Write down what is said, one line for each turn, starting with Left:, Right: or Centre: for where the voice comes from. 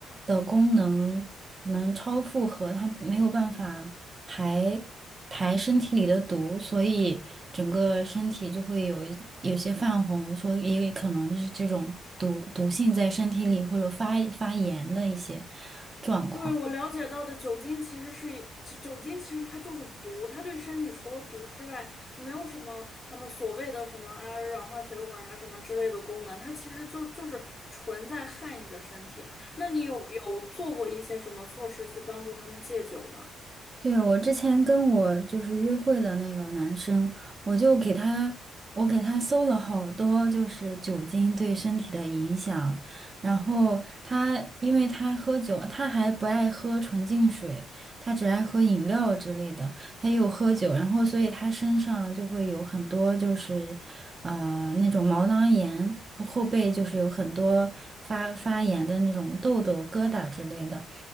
Right: 的功能可能超负荷，他没有办法排排身体里的毒，所以整个身体就会有一有些泛红，说也有可能是这种毒毒性在身体里或者发发炎的一些状况。
Left: 对，我了解到的酒精其实是一酒酒精其实它就是毒，它对身体除了毒之外，没有什么他们所谓的什么啊软化血管呀什么之类的功能，它其实就是就是纯在害你的身体。那你有有做过一些什么措施去帮助他们戒酒吗？
Right: 对，我之前跟我就是约会的那个男生，我就给他，我给他搜了好多，就是酒精对身体的影响。然后他，因为他喝酒，他还不爱喝纯净水，他只爱喝饮料之类的。他又喝酒，然后所以他身上就会有很多就是，呃，那种毛囊炎，后背就是有很多发发炎的那种痘痘、疙瘩之类的。